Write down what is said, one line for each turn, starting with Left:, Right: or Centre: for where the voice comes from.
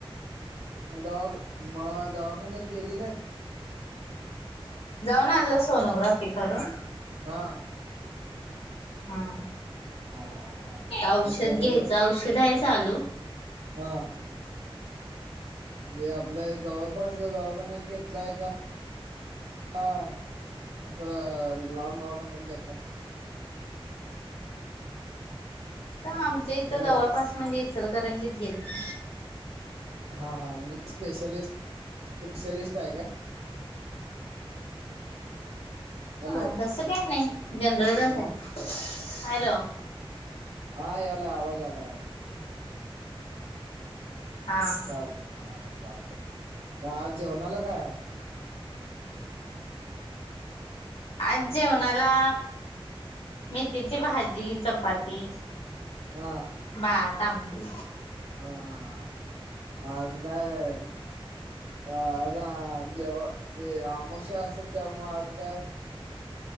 Right: मग दवाख मग दवाखान्यात गेली नाहीत.
Left: जाऊन आणलं सोनोग्राफी करून.
Right: हां..
Left: हम्म.
Right: हा हा.. म्हणजे
Left: औषध
Right: सोनगर
Left: घ्यायचं, औषध आहे चालू.
Right: हां.. हे आपलं जवळपास दवाखान्यात घेतलाय कां. हां.. असं लांब दवाखान्यात घेतला.
Left: आमच्या इथं
Right: हॅलो
Left: जवळपास म्हणजे, इचलकरंजीत गेलतो.
Right: हा हा म्हणजे स्पेशालिस्ट, स्पेशालिस्ट आहे काय. हॅलो
Left: अं. तसं काही नाही, जनरलच
Right: मग
Left: आहे. हॅलो,
Right: हां.. यालाय आवाज, यालाय आवाज. हां हां
Left: हा हा.
Right: चालत हां चालतंय, मग आज जेवणाला काय आहे.
Left: आज जेवणाला, मेथीची भाजी चपाती.
Right: हां..
Left: भात आमटी.
Right: हा हा.. मग आज काय. अ आज देव अमोशा, असेल त्यामुळं आज काय.